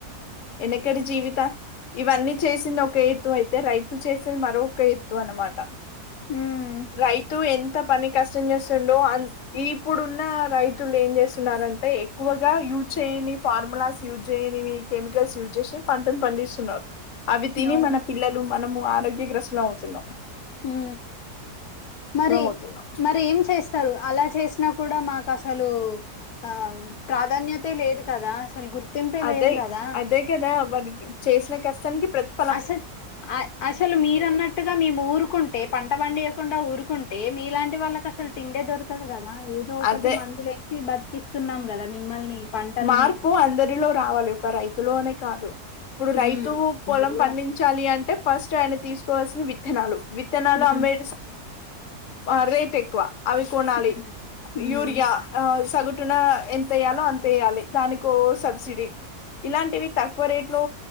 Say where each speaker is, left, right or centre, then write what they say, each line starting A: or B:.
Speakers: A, on the left (about 55°); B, on the left (about 75°).
A: వెనకడి జీవిత ఇవన్నీ చేసింది ఒక ఎత్తు అయితే రైతు చేసేంది మరక ఎత్తు అనమాట
B: ఉమ్
A: రైతు ఎంత ఎంత పని కష్టం చేస్తుండో అ ఇప్పుడున్న రైతులు ఏం చేస్తున్నంటే ఎక్కువగా యూజ్ చేయని ఫార్ములాస్ యూజ్ చేయనివి కెమికల్స్ యూజ్ చేసి పంటను పండిస్తున్నారు అవి తిని
B: అవును
A: మన పిల్లలు మనము తడ్డి గ్రస్ లో ఉంటున్నామ్
B: ఉ మరి
A: అవుతున్నాం
B: మరి ఏం చేస్తారు అలా చేసినా కూడా మాకు అసలు ఆ ప్రాధాన్యత లేదు కదా అసలు గుర్తింపే
A: అదే
B: లేదు కదా
A: అదే కదా వాారికి చేసిన కష్టానికి ప్రతి
B: అసలు అసలు మీరు అన్నట్టుగా మీ ఊరుకు ఉంటే పంట పండియకుండా ఊరు ఉంటే మీలాంటి వాళ్ళకి అసలు తిండే దొరుకు ఉంటాది గ అ ఏదో ఒకటి
A: అదే
B: మందులు వేసి బ త్ ఇస్తున్నాం కదా మిమ్మల్ని పంటల్ని
A: మార్పు అందరిలో రావాలి ఒక రైతులో అనే కాదు ఇప్పుడు
B: ఉమ్,
A: రైతు
B: అందరిలో
A: పొలం పండించాలి అంటే ఫస్ట్ ఆయన తీసుకోవాల్సిన విత్తనాలు విత్తనాలు
B: ఉమ్,
A: అంబే ఆ రేట్ ఎక్కువ అవి కొనాలి
B: ఉమ్, ఉమ్,
A: యూరియా తగుటున ఎంత అయ్యాలో అంత వయాలి దానికో సబ్సిడీ ఇలాంటివి తక్కువ రేట్ లో